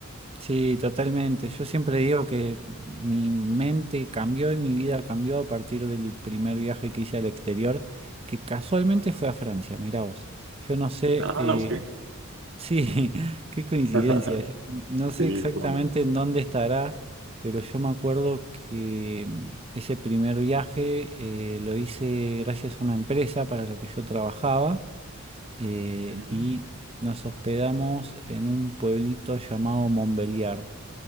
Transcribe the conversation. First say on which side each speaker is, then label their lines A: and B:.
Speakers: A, on the right; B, on the right.
A: Sí, totalmente. Yo siempre digo que mi mente cambió y mi vida cambió a partir del primer viaje que hice al exterior, que casualmente fue a Francia, mirá vos. Yo no sé,
B: Ah,
A: eh,
B: ok.
A: sí, <laughs> qué coincidencia.
B: <laughs>
A: Yo No sé
B: Sí,
A: exactamente
B: qué bonito.
A: en dónde estarás, pero yo me acuerdo que mm, ese primer viaje eh, lo hice gracias a una empresa para la que yo trabajaba eh,
B: Ujú.
A: y nos hospedamos en un pueblito llamado Montbéliard.